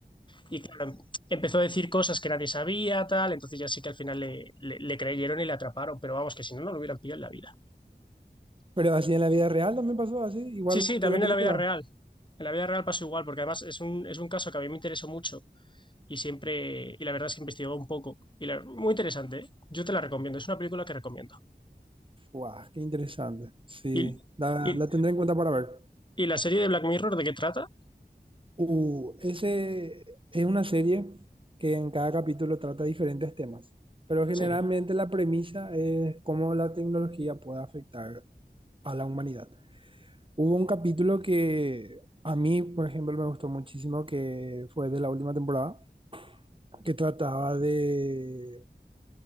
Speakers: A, on the left; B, on the right.
A: Y claro, em- empezó a decir cosas que nadie sabía, tal, entonces ya sí que al final le, le- le creyeron y le atraparon, pero vamos, que si no, no lo hubieran pillado en la vida.
B: Pero así en la vida real también pasó así, igual
A: Sí, sí, también
B: que en la película.
A: en la vida real. En la vida real pasó igual, porque además es un, es un caso que a mí me interesó mucho y siempre, y la verdad es que he investigado un poco. Y la- muy interesante, ¿eh? Yo te la recomiendo, es una película que recomiendo.
B: Guau, qué interesante. Sí,
A: Y,
B: la,
A: y,
B: la tendré en cuenta para ver.
A: ¿Y la serie de Black Mirror de qué trata?
B: Uh, ese es una serie que en cada capítulo trata diferentes temas, pero generalmente
A: Sí,
B: la premisa es cómo la tecnología puede afectar a la humanidad. Hubo un capítulo que a mí, por ejemplo, me gustó muchísimo, que fue de la última temporada, que trataba de